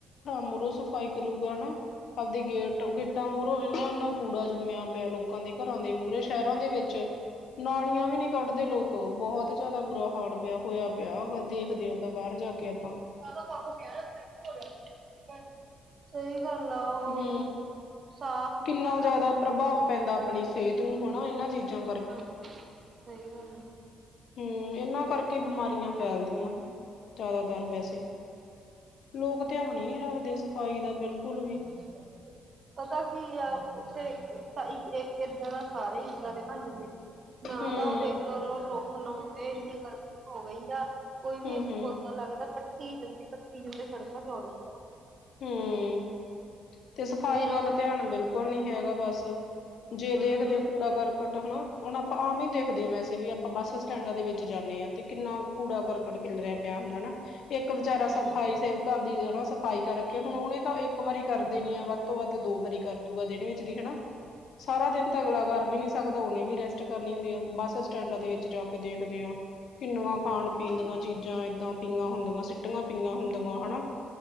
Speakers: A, on the left (about 65°); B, on the right (about 45°).
A: ਮੂਹੋਂ ਸਫ਼ਾਈ ਕਰੂਗਾ ਨਾ ਆਪਦੇ ਗੇਟ ਗੇਟਾਂ ਮੂਹਰੋ ਇਨਾ -ਇਨਾ ਕੂੜਾ ਜੰਮਿਆ ਪਿਆ। ਲੋਕ ਲੋਕਾਂ ਦੇ ਘਰਾਂ ਦੇ ਮੂਹਰੇ ਸ਼ਹਿਰਾਂ ਦੇ ਵਿੱਚ ਨਾਲੀਆਂ ਵੀ ਨੀ ਕੱਢਦੇ ਲੋਕ ਬਹੁਤ ਹੁ, ਜ਼ਿਆਦਾ ਬੁਰਾ-ਹਾਲ ਪਿਆ ਹੋਇਆ ਪਿਆਗਾ। ਦੇਖਦੇ ਹਾਂ, ਤਾਂ ਬਾਹਰ ਜਾ ਕੇ ਆਪਾਂ
B: <unintelligible> ਸਹੀ ਗੱਲ। ਆ ਉਹ
A: ਹੂ।
B: ਸਾਫ਼
A: ਕਿੰਨਾ
B: ਨੀ ਨਾ ਕਰਦੇ,
A: ਜਾਦਾ ਪ੍ਰਬਾਵ ਪੈਂਦਾ ਅਪਣੀ ਸੇਤ ਨੂੰ ਹੋਣਾ ਏਨਾ ਚੀਜਾ
B: ਹਾਂਜੀ, ਸਈ ਗਾੱਲ ਐ।
A: ਹੂੰ, ਏਨਾ ਕਾਰਕੇ ਈ ਬਿਮਾਰੀਆ ਫੈਲਦੀਆ। ਜਾਦਾਤਰ ਵੈਸੇ, ਲੋਕ ਤੇਆਣ ਈ ਨੀ ਰਾਖਦੇ ਸਫਾਈ ਦਾ। ਬਿਲਕੁਲ ਵੀ
B: ਹੂੰ। ਪਤਾ ਕੀ ਆ ਓਥੇ ਇੱਕ ਏਦਾਂ ਦਾ ਸਾਰੇ ਈ ਇਦਾ ਦੇ ਬਾਨ ਜੱਨਦੇ। ਨਾ
A: ਹੂੰ
B: ਤਾ ਓ ਦੇਖ ਲੋ ਰੋਖ ਲਾਓਨ ਦੇ ਇੰਨੀ ਗਰਮੀ ਹੋ ਗਈ ਆ। ਕੋਈ ਵੀ
A: ਹੂੰ
B: ਏਕ
A: ਹੂੰ
B: ਪੌਦਾ ਲੱਗਦਾ ਕੱਟੀ ਜੱਨਦੇ ਕੱਟੀ ਜੱਨਦੇ ਸੜਕਾ ਚੌੜੀਆ
A: ਹੂੰ, ਤੇ ਸਫਾਈ
B: ਫੇਰ
A: ਵੱਲ
B: ਉਹ
A: ਤੇਆਨ ਬਿਲਕੋਲ ਨੀ ਹੈਗਾ ਬਾੱਸ। ਜੇ
B: ਬਿਲਕੁਲ
A: ਦੇਖਦੇ ਆ ਕੂੜਾ ਕਰ ਕਟ ਹਨਾ, ਹੁਨ ਆਪਾਂ ਆਮ ਈ ਦੇਖਦੇ ਹਾਂ ਵੈਸੇ ਵੀ ਆਪਾਂ ਬਾੱਸ ਸਟੈਡਾ ਦੇ ਵੇਚ ਜਾਨੇ ਆ ਤੇ ਕਿੰਨਾ ਕੂੜਾ ਕਰਕਟ ਖਿਲ ਰੇਆ ਪੇਆ ਹੁੰਦਾ ਨਾ, ਏਕ ਵਚਾਰਾ
B: ਹਾਂਜੀ
A: ਸਫਾਈ ਸੇਵਕ ਘਾੱਰ ਦੀ ਜਰਾ ਸਫ਼ਾਈ ਕਰ ਕੇ ਹੋਣ ਓਨੇ ਤਾ ਏਕ ਵਾਰੀ ਕਾਰ ਦੇਨੀ ਆ ਵਾੱਦ ਤੋ ਵਾੱਦ ਦੋ ਵਾਰੀ ਕਾਰ ਦੂਗਾ ਦੇਨ ਵੇਚ ਦੀ ਹਨਾ ਸਾਰਾ ਦੇਨ ਤਾ ਅਗਲਾ ਕਾਰ ਵੀ ਨੀ ਸਕਦਾ ਓਨੇ ਵੀ ਰੈਸਟ ਕਰਨੀ ਹੁੰਦੀ ਐ ਬਾੱਸ ਸਟੈਡਾ ਦੇ ਵਿੱਚ ਜਾ ਦੇਖਦੇ ਹਾਂ, ਕਿੰਨਵਾ ਖਾਨ ਪੀਨ ਦਵਾ ਚੀਜਾ ਐਦਾ <unintelligible> <unintelligible> ਹੁੰਦਵਾ ਹਣਾ।